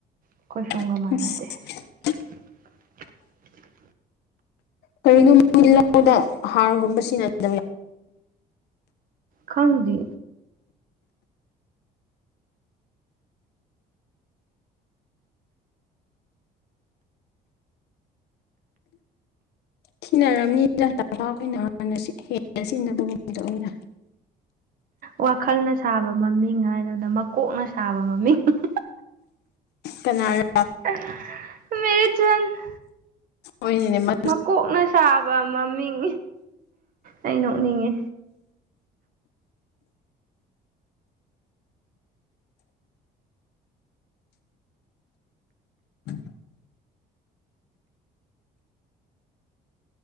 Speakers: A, on the right (about 55°); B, on the left (about 75°).
A: ꯑꯩꯈꯣꯏ
B: <unintelligible>
A: ꯁꯣꯝꯒ ꯃꯥꯟꯅꯗꯦ <unintelligible>
B: ꯀꯔꯤꯅꯣ ꯃꯣꯏ ꯂꯧꯗ ꯍꯥꯔꯒꯨꯝꯕ ꯁꯤꯅ <inaudible>
A: ꯈꯪꯗꯦ꯫
B: <inaudible>
A: ꯋꯥꯈꯜꯅ ꯁꯥꯕ ꯃꯃꯤꯡ ꯍꯥꯏꯗꯅ ꯃꯀꯣꯛꯅ ꯁꯥꯕ ꯃꯃꯤꯡ <unintelligible>
B: ꯀꯅꯥꯔ
A: <unintelligible>
B: ꯍꯣꯏꯅꯤꯅꯦ ꯃꯠ
A: ꯃꯀꯣꯛꯅ ꯁꯥꯕ ꯃꯃꯤꯡ ꯑꯩ ꯅꯣꯛꯅꯤꯡꯉꯦ꯫
B: <unintelligible>